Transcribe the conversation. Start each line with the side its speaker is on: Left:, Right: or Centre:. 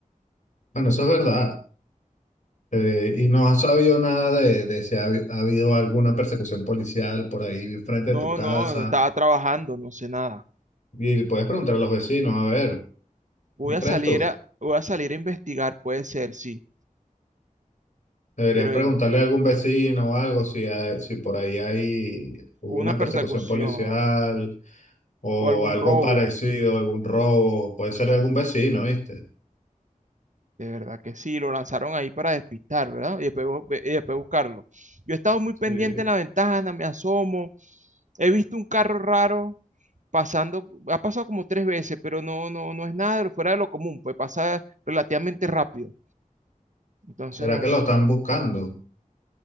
Left: Bueno, eso es verdad. Eh, y no has sabido nada de, de si ha, habi- ha habido alguna persecución policial por ahí frente
Right: No,
Left: de tu casa.
Right: no, estaba trabajando, no sé nada.
Left: Y puedes preguntar a los vecinos, a ver,
Right: Voy
Left: ¿no
Right: a
Left: crees
Right: salir
Left: tú?
Right: a, voy a salir a investigar, puede ser, sí,
Left: Deberías
Right: pero
Left: preguntarle
Right: eh,
Left: a algún vecino o algo si, hay- si por ahí hay, hubo
Right: una
Left: una
Right: persecución
Left: persecución policial o
Right: o algún
Left: algo
Right: robo,
Left: parecido, algún robo. Puede ser de algún vecino, ¿viste?
Right: de verdad que sí, lo lanzaron ahí para despistar, ¿verdad? Y después, bu- ve- y después buscarlo. Yo he estado muy pendiente
Left: Sí.
Right: en la ventana, me asomo, he visto un carro raro pasando, ha pasado como tres veces, pero no, no, no es nada de lo fuera de lo común, pues pasa relativamente rápido. Entonces
Left: ¿Será
Right: nos,
Left: que lo están buscando?